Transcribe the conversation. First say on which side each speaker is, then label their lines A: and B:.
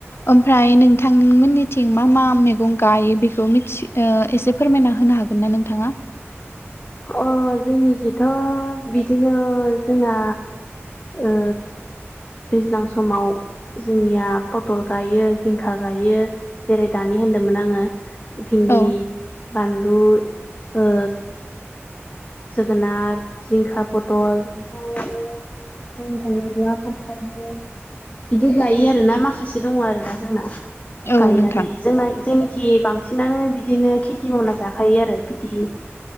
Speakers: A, on the left (about 55°); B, on the left (about 35°).
A: ओमफ्राय नोंथांमोननिथिं मा मा मैगं गायो बेखौ मिथि एसे फोरमायना होनो हागोन ना नोंथाङा?
B: अ जोंनिखिथ' बिदिनो जोंना ओ दैज्लां समाव जोंनिया पथल गायो जिंखा गायो जेरै दानि होनदोंमोन आङो भिन्दि
A: औ
B: बानलु ओ जोगोनार जिंखा फथल <unintelligible> फान्थावबो बिदि गायो आर ना माखासे दङ आरोना जोंना
A: औ
B: गायनानै
A: नोंथां
B: जोंनाय जेनिखि बांसिनानो बिदिनो खेथि मावना जाखायो आरो बिदि